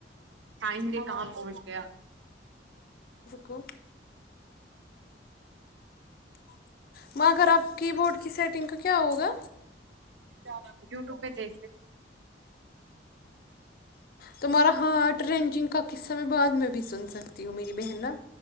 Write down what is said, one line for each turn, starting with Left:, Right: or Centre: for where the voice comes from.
Right: ٹائم بھی کہاں پہنچ گیا
Left: کو مگر آپ کی بورڈ کی سیٹنگ کا کیا ہوگا
Right: ا یوٹیوب پہ دیکھ
Left: تمہارا ہارٹ رینجنگ کا قصہ میں بعد میں بھی سن سکتی ہوں میری بہن نا